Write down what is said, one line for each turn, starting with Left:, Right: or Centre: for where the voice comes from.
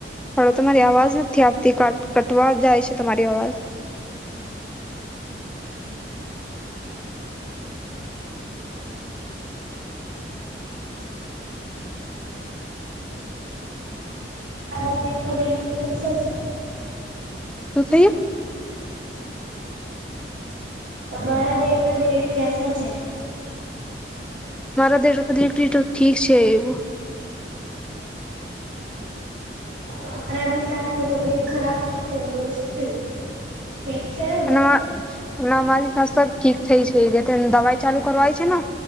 Centre: હલો તમારી અવાજ નથી આવતી ક કટવા જાય છે તમારી અવાજ.
Right: <inaudible>
Centre: શું <unintelligible>
Right: તમારા દેડમાં દેડ કેસા છે.
Centre: મારા દેઢ <unintelligible> ઠીક છે એવું.
Right: તમારા બી સાને તબિયત ખરાબ છે. થયું? ઠીક છે?
Centre: ના અમારી <unintelligible> ઠીક થઈ છે એ. દવાઈ ચાલુ કરવાય છે ને